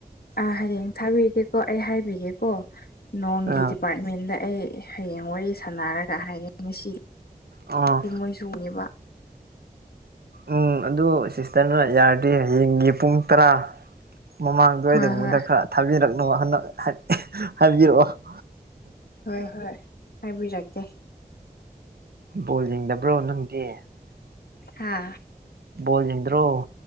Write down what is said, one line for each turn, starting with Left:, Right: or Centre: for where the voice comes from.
Left: ꯑ ꯍꯌꯦꯡ ꯊꯥꯕꯤꯒꯦꯀꯣ ꯑꯩ ꯍꯥꯏꯕꯤꯒꯦꯀꯣ ꯅꯣꯡꯒꯤ
Right: ꯑꯥ
Left: ꯗꯤꯄꯥꯠ ꯃꯦꯟꯗ ꯑꯩ ꯍꯌꯦꯡ ꯋꯥꯔꯤ ꯁꯥꯟꯅꯔꯒ ꯍꯥꯏꯒꯦ ꯉꯁꯤ
Right: ꯑꯥ
Left: ꯃꯣꯏ ꯇꯣꯡꯉꯤꯕ <inaudible>
Right: ꯎꯝ ꯑꯗꯨ ꯁꯤꯁꯇꯔꯅ ꯌꯥꯔꯗꯤ ꯍꯌꯦꯡꯒꯤ ꯄꯨꯡ ꯇꯔꯥ ꯃꯃꯥꯡꯗꯋꯥꯏꯗꯒꯨꯝꯕꯗ
Left: ꯍꯣꯏ ꯍꯣꯏ
Right: ꯈꯔ ꯊꯥꯕꯤꯔꯛꯅꯕ ꯍꯥꯟꯅ ꯍꯥꯏꯕꯤꯔꯛꯑꯣ
Left: ꯍꯣꯏ ꯍꯣꯏ ꯍꯥꯏꯕꯤꯔꯛꯀꯦ
Right: ꯕꯣꯜ ꯌꯦꯡꯗꯕ꯭ꯔꯣ ꯅꯪꯗꯤ
Left: ꯍꯥꯥ
Right: ꯕꫭꯜ ꯌꯦꯡꯗ꯭ꯔꯣ